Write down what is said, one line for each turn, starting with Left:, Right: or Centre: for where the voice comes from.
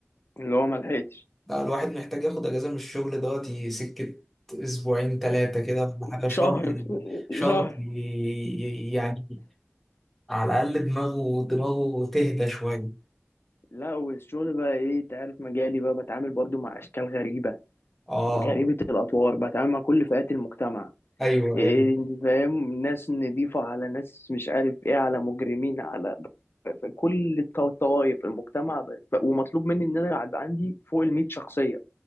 Left: اللي هو ما لحقتش
Centre: لا، الواحد محتاج ياخد اجازه من الشغل دوت ي- سكه اسبوعين ثلاثه كده ولا حاجه شهر
Left: شهر
Centre: شهر
Left: شهر
Centre: ي- ي- يعني على الاقل دماغه دماغه تهدى شويه
Left: لا والشغل بقى ايه انت عارف مجالي بقى بتعامل برضو مع اشكال غريبه
Centre: اه
Left: غريبه الاطوار بتعامل مع كل فئات المجتمع
Centre: ايوه
Left: إيه،
Centre: ايوه
Left: فاهم ناس نضيفة على ناس مش عارف ايه على مجرمين على ف- كل الط- الطوائف المجتمع ب- ف- ومطلوب مني ان انا يبقى عندي فوق ال 100 شخصية